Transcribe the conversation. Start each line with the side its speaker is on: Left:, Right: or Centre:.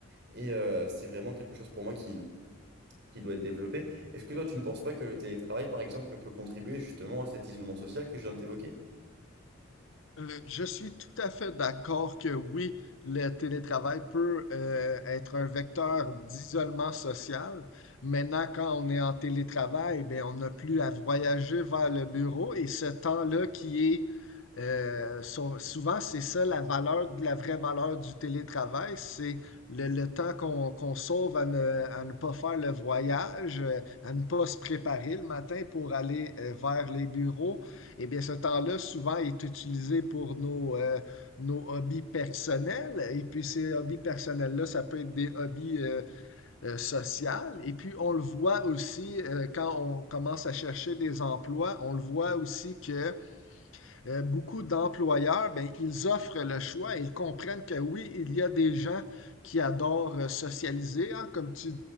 Right: Et euh, c'est vraiment quelque chose pour moi qui, qui doit être développé. Est-ce que toi, tu ne penses pas que le télétravail, par exemple, peut contribuer justement à cet isolement social que je viens de t'évoquer?
Left: Euh, je suis tout à fait d'accord que oui, le télétravail peut euh, être un vecteur d'isolement social. Maintenant, quand on est en télétravail, ben, on n'a plus à voyager vers le bureau et ce temps-là qui est euh, sou- souvent, c'est ça la valeur, la vraie valeur du télétravail, c'est le, le temps qu'on qu'on sauve à ne, à ne pas faire le voyage, euh, à ne pas se préparer le matin pour aller euh, vers les bureaux eh bien, ce temps-là, souvent, est utilisé pour nos, euh, nos hobbies personnels. Et puis, ces hobbies personnels-là, ça peut être des hobbies euh, euh, sociaux. Et puis, on le voit aussi euh, quand on commence à chercher des emplois, on le voit aussi que euh, beaucoup d'employeurs, ben, ils offrent le choix et ils comprennent que oui, il y a des gens qui adorent euh, socialiser, hein, comme tu,